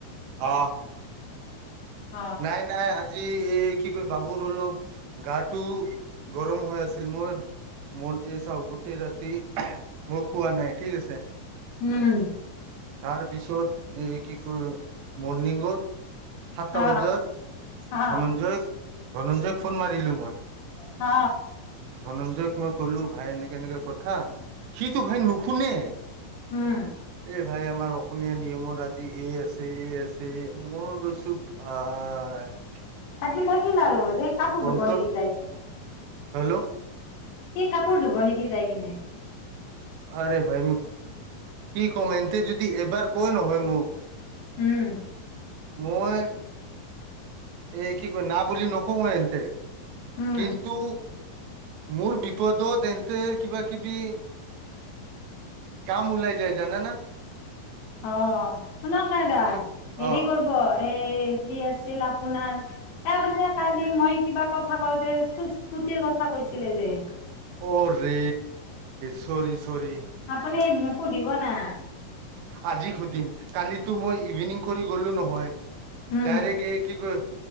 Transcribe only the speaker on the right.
অ,
নাই নাই আজি এই কি কয় বাবুৰ অলপ গাটো গৰম হৈ আছিল মই মোৰ এই চও গোটেই ৰাতি মই খোৱা নাই ঠিক আছে,
তাৰ পিছত এই কি কৈ, মৰ্ণিঙত সাতটা
বজাত
ধনঞ্জয়, ধনঞ্জয়ক ফোন মাৰিলোঁ মই,
ধনঞ্জয়ক মই ক'লো ভাই এনেকে এনেককাে কথা সিটো ভাই নুশুনে।
এই ভাই আমাৰ অসমীয়া নিয়মত আজি এ আছে এ আছে মই কৈছোঁ ভাই
তন্তৰ
হেল্ল'
আৰে ভাই মোক কি কম এন্তে যদি এবাৰ কৈ নহয় মোক,
মই এই কি কয় না বুলি নকওঁই এনতে
কিন্তু, মোৰ বিপদত তেন্ত কিবা কিবি কাম উলাই য জানা না?
মই
অ
অ', ৰে ছৰি ছৰি,
আজি সুধিম কালিতো মই ইভিনিং কৰি গলো নহয়।
ডাইৰেক্ট এই কি ক